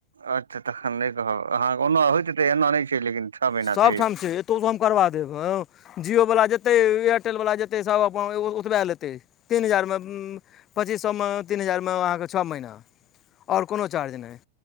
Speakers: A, on the right; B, on the left.
A: अच्छा तखन नय कहब अ हाँ ओना होइत हेतै एन नहि छै लेकिन। छओ महीना
B: सबठाम
A: फ्री
B: छै। ओतौ सऽ हम करबा देब हँ जिओ वला जेतै एयरटेल वला जेतै सब अपन ओतबै लेतय। तीन हजारमे पच्चीस सौ मे तीन हजारमे अहाँके छ महीना। आओर कोनो चार्ज नय।